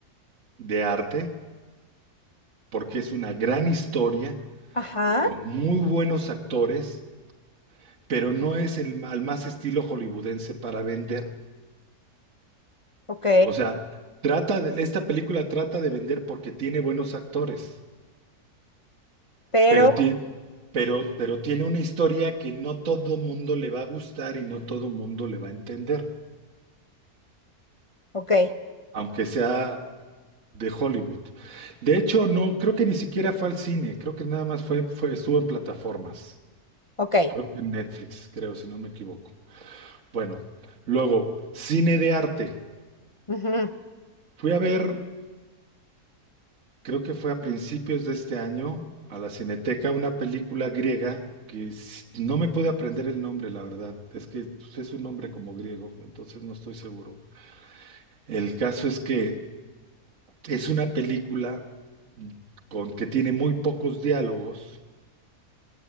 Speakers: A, on the right; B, on the left.
A: de arte, porque es una gran historia
B: Ajá,
A: con muy buenos actores pero no es el, al más estilo hollywoodense para vender.
B: ok,
A: O sea, trata de, esta película trata de vender porque tiene buenos actores,
B: pero,
A: pero tiene, pero, pero tiene una historia que no todo mundo le va a gustar y no todo mundo le va a entender,
B: ok,
A: aunque sea de Hollywood. De hecho, no, creo que ni siquiera fue al cine, creo que nada más fue, fue, estuvo en plataformas.
B: ok.
A: Creo que en Netflix, creo, si no me equivoco. Bueno, luego, cine de arte.
B: ujú,
A: Fui a ver creo que fue a principios de este año, a la Cineteca, una película griega que s- no me pude aprender el nombre, la verdad. Es que pues, es un nombre como griego, entonces no estoy seguro. El caso es que es una película mm, con que tiene muy pocos diálogos,